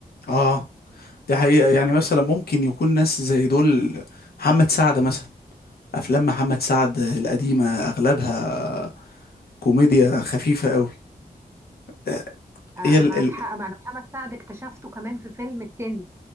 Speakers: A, on the left (about 75°); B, on the right (about 15°).
A: اه دي حقيقة يعني مثلا ممكن يكون ناس زي دول محمد سعد مثلا افلام محمد سعد القديمة اغلبها كوميديا خفيفة قوي آه،
B: آه،
A: هي ال
B: معك
A: ال
B: حق ما انا محمد سعد اكتشفته كمان في فيلم الكنز